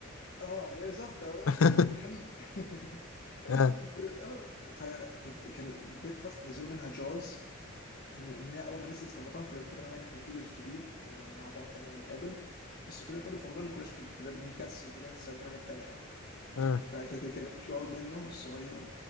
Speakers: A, on the left (about 50°); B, on the left (about 90°).
A: اه هي بالظبط
B: <laughs>
A: شو كيكه الحليب <laughs>
B: اه
A: آه، فكانت كان بريكفاست نزلوا منها جارز ان إن هي اول ما نزلت في رمضان كنا بنتفق انا وهي ان احنا نجيب الكبير ومع بعض يعني لما نتقابل بس كلنا بنتقابل في رمضان ما كناش بن- كنا بنكسل بننسى ونجيب حاجات تانية يعني
B: اه
A: فكانت كان جار منه الصغير